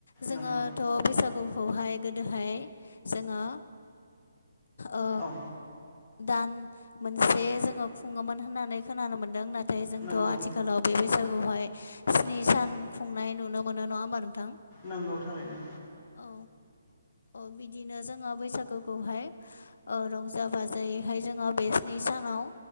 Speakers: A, on the left (about 60°); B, in the centre.
A: जोङोथ'
B: नंगौ
A: बैसागुखौहाय गोदोहाय जोङो ओ
B: औ
A: दान मोनसे जोङो खुङोमोन होननानै खोनानो मोन्दों नाथाय जोंथ'
B: नंगौ
A: आथिखालाव। बे बैसागुआवहाय स्नि सान खुंनाय नुनो मोनो नङा होमबा नोंथां।
B: नंगौ थारैनो
A: औ औ बिदिनो जोङो बैसागो खौहाय रंजा बाजायैहाय जोङो बे स्नि सानाव